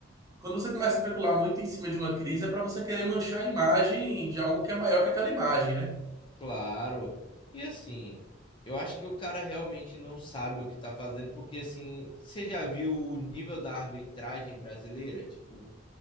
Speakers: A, on the right (about 20°); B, on the left (about 25°).
A: quando você começa a especular muito em cima de uma crise, é para você querer manchar a imagem de algo que é maior que aquela imagem, né?
B: claro. E assim, eu acho que o cara realmente não sabe o que tá fazendo, porque assim, você já viu o nível da arbitragem brasileira? Tipo,